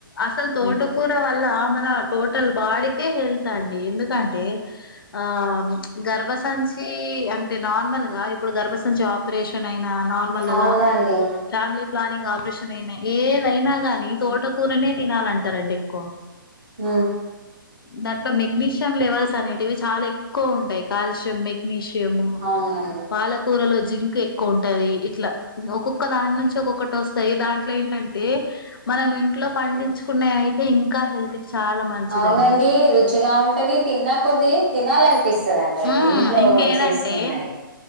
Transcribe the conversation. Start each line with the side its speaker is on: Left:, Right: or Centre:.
Left: అసల్ తోటకూర వల్ల మన టోటల్ బాడీకే హెల్తండి ఎందుకంటే ఆ గర్బసంచ్ చీ అంటే నార్మల్ ఇగ ఇప్పుడ్ గర్బసంచి ఆప్రేషన్ ఐన నార్మల్గా
Right: అవునండి
Left: ఫ్యామ్లీ ప్లానింగ్ ఆప్రేష్ ఐన ఏదైనా గాని తోటకూరనే తినాలంటారండి ఎక్కువ
Right: ఊ
Left: దాంట్లో మెగ్నీష్యం లెవెల్స్ అనేటివి చాలెక్కువుంటాయి కాల్షియం మెగ్నీష్ కేమో
Right: అవునండి
Left: పాలకూరలో జింక్ ఎక్కువుంటది ఇట్లా ఒకొక్క దానుంచి ఒకొక్కటస్తాయి దాంట్లోఎంటంటే మనం ఇంట్లో పండించ్కునయైతే ఇంకా హెల్త్ కి చాలా మంచిదండి
Right: అవ్నండి రుచిగా ఉంటది తిన్నా కొద్ది తినాలన్ ప్పిస్తదండి అవి
Left: మ్మ్
Right: ఇంట్లో
Left: ఇంకా ఏదంటే
Right: చేస్కున్నాయ్